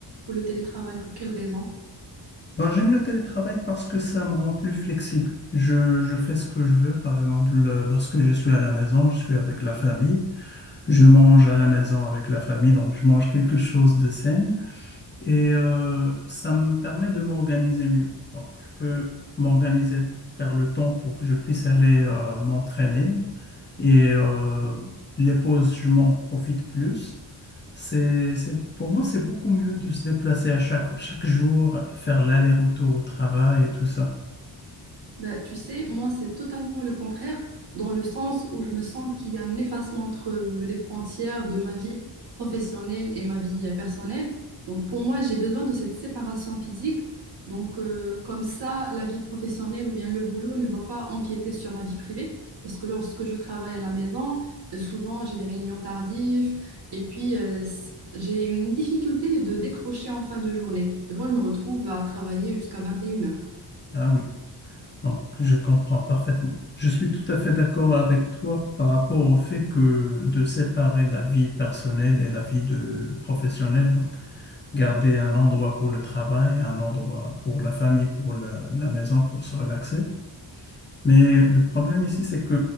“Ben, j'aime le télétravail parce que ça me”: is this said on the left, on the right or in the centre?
Left